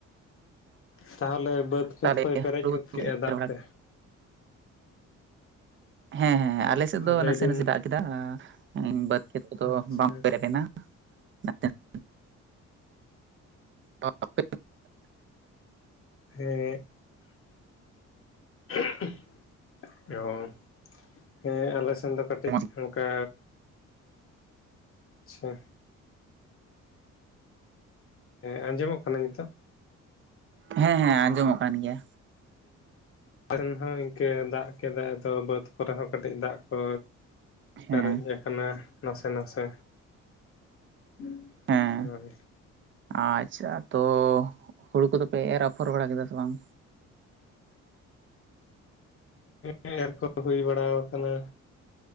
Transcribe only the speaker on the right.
ᱛᱟᱦᱚᱞᱮ
ᱦᱩᱲᱩ
ᱮᱨ
ᱵᱟᱲᱟ
ᱦᱮᱸ ᱦᱮᱸ ᱟᱞᱮᱥᱮᱫ ᱫᱚ
ᱱᱟᱥᱮ ᱱᱟᱥᱮ ᱫᱟᱜ ᱠᱮᱫᱟ ᱵᱟᱫᱽ ᱠᱷᱮᱛ ᱠᱚᱫᱚ
ᱵᱟᱢ ᱯᱮᱨᱮᱜ‌ ᱞᱮᱱᱟ <unintelligible> <unintelligible>
ᱦᱮᱸ
ᱦᱮᱸ ᱦᱮᱸ ᱟᱸᱡᱚᱢᱚᱜ ᱠᱟᱱ ᱜᱮᱭᱟ
ᱦᱮᱸ
ᱦᱮᱸ
ᱟᱪᱪᱷᱟ ᱛᱚ, ᱦᱩᱲᱩ ᱠᱚᱫᱚ ᱯᱮ ᱮᱨ ᱟᱯᱷᱚᱨ ᱵᱟᱲᱟ ᱠᱮᱫᱟ ᱥᱮ ᱵᱟᱝ